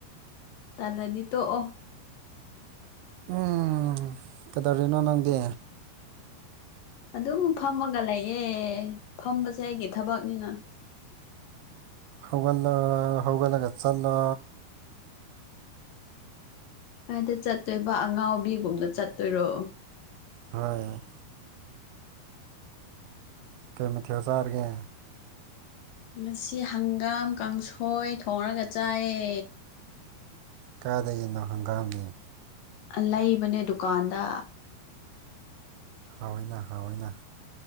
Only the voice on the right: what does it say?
ꯎꯝ ꯀꯩꯗꯧꯔꯤꯅꯣ ꯅꯪꯗꯤ
ꯍꯧꯒꯜ ꯍꯧꯒꯂꯒ ꯆꯜꯂ
ꯍꯣꯏ ꯀꯩ ꯃꯊ ꯆꯥꯔꯒꯦ
ꯀꯥꯏꯗꯒꯤꯅꯣ ꯍꯪꯒꯥꯝꯅꯤ
ꯍꯥꯎꯏꯅ ꯍꯥꯎꯏꯅ